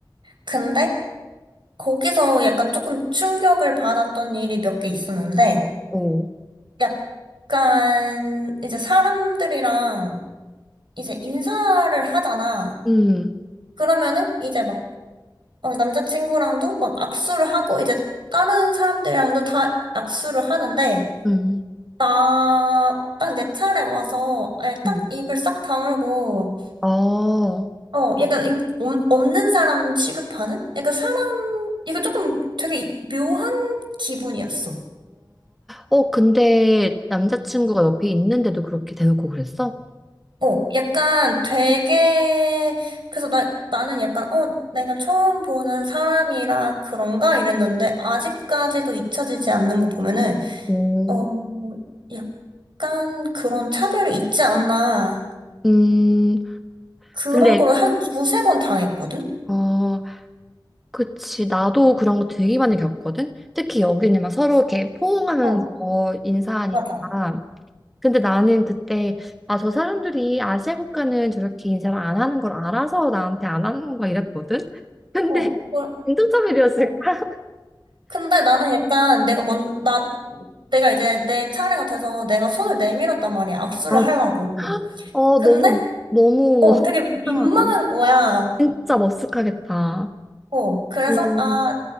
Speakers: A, on the right; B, in the centre.
A: 근데 거기서 약간 조금 충격을 받았던 일이 몇 개 있었는데
B: 어,
A: 약간 이제 사람들이랑 이제 인사를 하잖아.
B: 음,
A: 그러면은 이제 막 어, 남자친구랑도 막 악수를 하고 이제 다른 사람들이랑도 다 악수를 하는데
B: 음,
A: 나, 딱 내 차례 와서, 예, 딱
B: 음.
A: 입을 싹 다물고,
B: 아, 어,
A: 어, 약간, 이- 없- 없는 사람 취급하는? 약간 사람, 이거 조금 되게 이- 묘한 기분이었어.
B: 어, 근데 남자친구가 옆에 있는데도 그렇게 대놓고 그랬어?
A: 어, 약간 되게, 그래서 나, 나는 약간, 어, 내가 처음 보는 사람이라 그런가? 이랬는데, 아직까지도 잊혀지지 않는 거 보면은,
B: 오,
A: 어, 약간 그런 차별이 있지 않나.
B: 음,
A: 그런
B: 근데,
A: 거를 한 두세 번 당했거든?
B: 어, 그치, 나도 그런 거 되게 많이 겪거든? 특히 여기는 막 서로 이렇게 포옹하면서
A: 어.
B: 인사하니까.
A: 맞아.
B: 근데 나는 그때, 아, 저 사람들이 아시아 국가는 저렇게 인사를 안 하는 걸 알아서 나한테 안 하는 건가 이랬거든? <laughs> 근데
A: 어, 뭘-
B: 공차점이었을까
A: 어, 근데 나는 약간 내가 뭔, 나, 내가 이제 내 차례가 돼서 내가 손을 내밀었단 말이야. 악수를
B: 아,
A: 하려고.
B: 어,
A: 근데,
B: 너무, 너무,
A: 어,
B: 어,
A: 되게 민망한
B: 이상하다.
A: 거야.
B: 진짜 머쓱하겠다.
A: 어, 그래서,
B: 오,
A: 아,